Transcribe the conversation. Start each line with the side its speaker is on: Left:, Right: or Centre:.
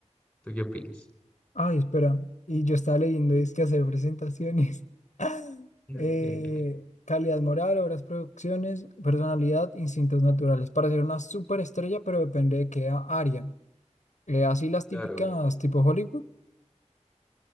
Centre: ¿Tú qué opinas?
Left: Ay, espera, y yo estaba leyendo, es que hacer presentaciones.
Centre: <laughs>
Left: eh, calidad moral, obras, producciones, personalidad, instintos naturales. Para ser una superestrella, pero depende de qué a- área. Eh, así las
Centre: Claro,
Left: típicas tipo Hollywood,